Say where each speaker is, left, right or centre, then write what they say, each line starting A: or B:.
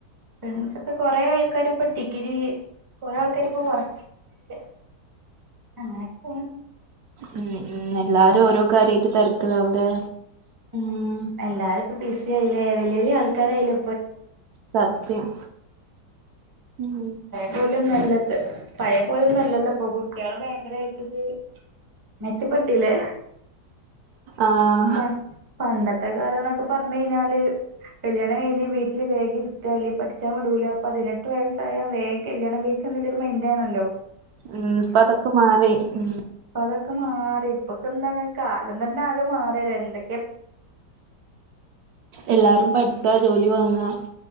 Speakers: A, on the right (about 20°); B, on the right (about 70°).
A: ഫ്രണ്ട്സൊക്കെ കൊറേ ആൾക്കാരിപ്പൊ ഡിഗ്രി കൊറേ ആൾക്കാരിപ്പൊ വർക്ക് <inaudible> ണ്ട് അങ്ങനെ പോന്നു
B: ഉം ഉം എല്ലാരും ഓരോ കാര്യായിട്ട് തിരക്കിലാവൂല്ലേ
A: ഉം എല്ലാരും ഇപ്പ ബിസി ആയില്ലേ വല്ല്യ വല്ല്യ ആൾക്കാരായില്ലെ
B: സത്യം ഇം
A: പോലൊന്നല്ലിപ്പെ പഴേപോലൊന്നും അല്ലലപ്പോ കുട്ടികള് ഭയങ്കരായിട്ടിത് മെച്ചപ്പെട്ടില്ലേ
B: ആഹ്
A: പ്പ പണ്ടത്തെ കാലംന്നൊക്കെ പർഞ്ഞയ്ഞ്ഞാല് കല്യാണം കഴിഞ്ഞ് വീട്ടില് വേഗിര്ത്ത അല്ലെ പഠി ച്ചാൻ വിടൂല്ലാ പതിനെട്ട് വയസ്സായ വേഗല്യാണം കഴിച്ചന്നെല്ലൊരു മൈൻഡാണല്ലോ
B: ഉം ഇപ്പതൊക്കെ മാറി ഉം
A: പ്പതൊക്കെ മാറി ഇപ്പൊക്കെന്താണ് കാലം തന്നെ ആകെ മാറ്യലേ എന്തൊക്കെ
B: എല്ലാരും പഠിക്ക ജോലി വാങ്ങാ.